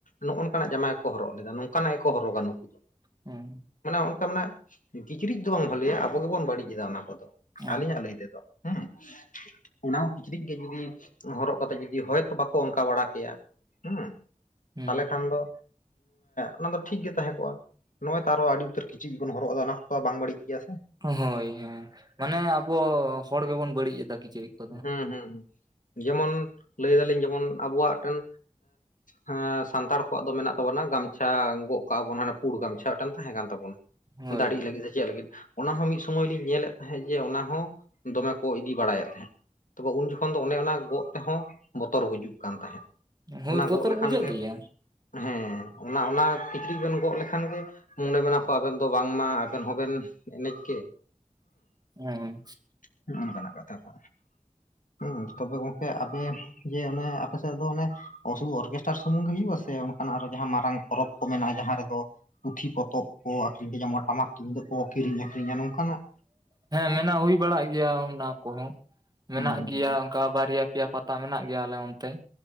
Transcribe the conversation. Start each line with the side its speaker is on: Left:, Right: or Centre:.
Left: ᱱᱚᱜᱼ ᱱᱚᱝᱱᱟᱜ ᱡᱟᱢᱟ ᱠᱚᱠᱚ ᱦᱚᱨᱚᱜ ᱞᱮᱫᱟ ᱱᱚᱝᱠᱟᱱᱟᱜ ᱜᱮᱠᱚ ᱦᱚᱨᱚᱜᱟ ᱱᱩᱠᱩ
Right: ᱦᱮᱸ
Left: ᱢᱟᱱᱮ ᱚᱱᱠᱟ ᱢᱟᱱᱮ ᱠᱤᱪᱨᱤᱡ ᱫᱚ ᱵᱟᱝ ᱵᱷᱟᱹᱞᱮᱭᱟ ᱟᱵᱚ ᱜᱮᱵᱚᱱ ᱵᱟᱹᱲᱤᱡ ᱮᱫᱟ ᱚᱱᱟ ᱠᱚᱫᱚ
Right: ᱦᱮᱸ
Left: ᱟᱹᱞᱤᱧᱟᱜ ᱞᱟᱹᱭ ᱛᱮᱫᱚ ᱦᱮᱸ ᱚᱱᱟ ᱦᱚᱸ ᱠᱤᱪᱨᱤᱡ ᱜᱮ ᱡᱩᱫᱤ ᱦᱚᱨᱚᱜ ᱠᱟᱛᱮᱜ ᱡᱩᱫᱤ ᱦᱚᱭ ᱵᱟᱠᱚ ᱚᱱᱠᱟ ᱵᱟᱲᱟ ᱠᱮᱭᱟ ᱦᱮᱸ
Right: ᱦᱮᱸ
Left: ᱛᱟᱦᱞᱮ ᱠᱷᱟᱱ ᱫᱚ ᱚᱱᱟ ᱫᱚ ᱴᱷᱤᱠᱜᱮ ᱛᱟᱦᱮᱸ ᱠᱚᱜᱼᱟ ᱱᱚᱜᱼᱚᱭ ᱛᱚ ᱟᱨᱚ ᱟᱹᱰᱤ ᱩᱛᱟᱹᱨ ᱠᱤᱪᱨᱤᱪᱤ ᱦᱚᱨᱚᱜ ᱫᱚ ᱚᱱᱟᱦᱚ ᱵᱟᱝ ᱵᱟᱹᱲᱤᱡ ᱜᱮ ᱥᱮ
Right: ᱦᱳᱭ ᱦᱮᱸ ᱢᱟᱱᱮ ᱟᱵᱚ ᱦᱚᱲ ᱜᱮᱵᱚᱱ ᱵᱟᱹᱲᱤᱡ ᱮᱫᱟ ᱠᱤᱪᱨᱤᱡ ᱠᱚᱫᱚ
Left: ᱦᱮᱸ ᱦᱮᱸ ᱦᱮᱸ ᱡᱮᱢᱚᱱ ᱞᱟᱹᱭ ᱫᱟᱞᱤᱧ ᱡᱮᱢᱚᱱ ᱟᱵᱚᱣᱟᱜ ᱢᱤᱫᱴᱮᱱ ᱦᱮᱸ ᱥᱟᱱᱛᱟᱲ ᱠᱚᱣᱟᱜ ᱫᱚ ᱢᱮᱱᱟᱜ ᱛᱟᱵᱚᱱᱟ ᱜᱟᱢᱪᱷᱟ ᱜᱚᱜ ᱠᱟᱜᱼᱟ ᱵᱚᱱ ᱦᱟᱱᱮ ᱯᱩᱲ ᱜᱟᱢᱪᱷᱟ ᱢᱤᱫᱴᱮᱱ ᱛᱟᱦᱮᱸ ᱠᱟᱱ ᱛᱟᱵᱚᱱᱟ
Right: ᱦᱳᱭ
Left: ᱫᱟᱹᱲᱦᱤᱜ ᱞᱟᱹᱜᱤᱫ ᱥᱮ ᱪᱮᱫ ᱞᱟᱹᱜᱤᱫ ᱚᱱᱟ ᱦᱚᱸ ᱢᱤᱫ ᱥᱩᱢᱚᱭ ᱞᱤᱧ ᱧᱮᱞᱮᱫ ᱛᱟᱦᱮᱸᱜ ᱡᱮ ᱚᱱᱟ ᱦᱚᱸ ᱫᱚᱢᱮ ᱠᱚ ᱤᱫᱤ ᱵᱟᱲᱟᱭᱮᱫ ᱛᱟᱦᱮᱸᱫ ᱛᱚᱵᱮ ᱩᱱ ᱡᱚᱠᱷᱚᱱ ᱫᱚ ᱚᱱᱮ ᱚᱱᱟ ᱜᱚᱜ ᱛᱮᱦᱚᱸ ᱵᱚᱛᱚᱨ ᱵᱩᱡᱩᱜ ᱠᱟᱱ ᱛᱟᱦᱮᱸᱫ
Right: ᱦᱳᱭ
Left: ᱚᱱᱟ
Right: ᱵᱚᱛᱚᱨ
Left: ᱜᱚᱜ ᱞᱮᱠᱷᱟᱱ
Right: ᱵᱩᱡᱷᱟᱹᱜ
Left: ᱜᱮ
Right: ᱜᱮᱭᱟ
Left: ᱦᱮᱸ ᱚᱱᱟ ᱚᱱᱟ ᱠᱤᱪᱨᱤᱡ ᱵᱮᱱ ᱜᱚᱜ ᱞᱮᱠᱷᱟᱱ ᱜᱮ ᱢᱚᱱᱮ ᱢᱮ ᱠᱚ ᱟᱵᱮᱱ ᱫᱚ ᱵᱟᱝᱢᱟ ᱟᱵᱮᱱ ᱦᱚᱸᱵᱮᱱ ᱮᱱᱮᱡ ᱠᱮ
Right: ᱦᱮᱸ
Left: ᱦᱮᱸ ᱚᱱᱠᱟᱱᱟᱜ ᱠᱟᱛᱷᱟ ᱠᱚ ᱦᱮᱸ ᱛᱚᱵᱮ ᱜᱚᱝᱠᱮ ᱟᱯᱮ ᱡᱮ ᱚᱱᱮ ᱟᱯᱮᱥᱮᱫ ᱫᱚ ᱚᱱᱮ ᱚ ᱥᱩᱫᱩ ᱚᱨᱠᱮᱥᱴᱟᱨ ᱥᱩᱢᱩᱝ ᱜᱮ ᱦᱳᱭᱳᱜ ᱟ ᱥᱮ ᱟᱨᱚ ᱡᱟᱦᱟᱸ ᱢᱟᱨᱟᱝ ᱯᱚᱨᱚᱵᱽ ᱠᱚ ᱢᱮᱱᱟᱜᱼᱟ ᱡᱟᱦᱟᱸ ᱨᱮᱫᱚ ᱯᱩᱛᱷᱤ ᱯᱚᱛᱚᱵ ᱠᱚ ᱟᱹᱠᱷᱨᱤᱧ ᱠᱚ ᱧᱟᱢᱚᱜ ᱴᱟᱢᱟᱠ ᱛᱩᱢᱫᱟᱹᱜ ᱠᱚ ᱠᱤᱨᱤᱧ ᱟᱠᱷᱨᱤᱧᱟ ᱱᱚᱝᱠᱟᱱᱟᱜ
Right: ᱦᱮᱸ ᱢᱮᱱᱟᱜ ᱦᱩᱭ ᱵᱟᱲᱟᱜ ᱜᱮᱭᱟ ᱚᱱᱟ ᱠᱚᱦᱚᱸ ᱢᱮᱱᱟᱜ
Left: ᱦᱩᱸ
Right: ᱜᱮᱭᱟ
Left: ᱦᱩᱸ
Right: ᱚᱱᱠᱟ ᱵᱟᱨᱭᱟ ᱯᱮᱭᱟ ᱯᱟᱛᱟ ᱛᱟ ᱢᱮᱱᱟᱜ ᱜᱮᱭᱟ ᱟᱞᱮ ᱚᱱᱛᱮ